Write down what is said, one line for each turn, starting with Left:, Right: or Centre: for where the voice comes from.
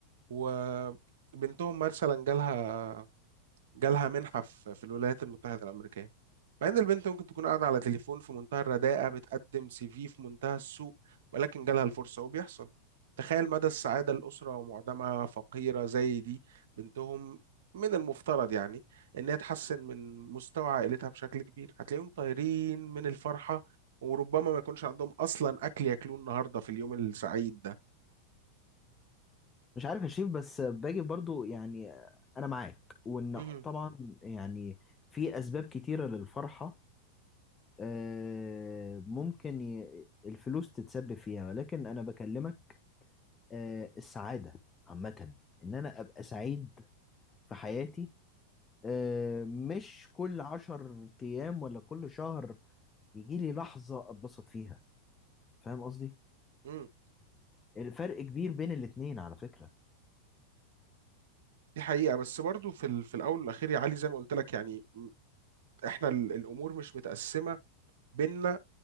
Right: وبنتهم مثلا جالها جالها منحة في في الولايات المتحدة الأمريكية مع إن البنت ممكن تكون قاعدة على تليفون في منتهى الرداءة بتقدم سي في في منتهى السوء ولكن جالها الفرصة وبيحصل تخيل مدى السعادة الأسرة ومعدمها فقيرة زي دي بنتهم من المفترض يعني إن هي تحسن من مستوى عائلتها بشكل كبير هتلاقيهم طايرين من الفرحة وربما ما يكونش عندهم أصلا أكل ياكلوه النهاردة في اليوم السعيد ده
Left: مش عارف يا شريف بس باجي برضو يعني انا معاك وان
Right: مهم.
Left: طبعا يعني في اسباب كتيرة للفرحة آه، ممكن ي- الفلوس تتسبب فيها ولكن انا بكلمك آه، السعادة عامة ان انا ابقى سعيد في حياتي آه، مش كل عشر ايام ولا كل شهر يجي لي لحظة اتبسط فيها فاهم قصدي؟
Right: مم.
Left: الفرق كبير بين الاتنين على فكرة
Right: دي حقيقة بس برضو في, ال- في الأول والأخير يا علي زي ما قلت لك يعني احنا ال- الامور مش متقسمه بينا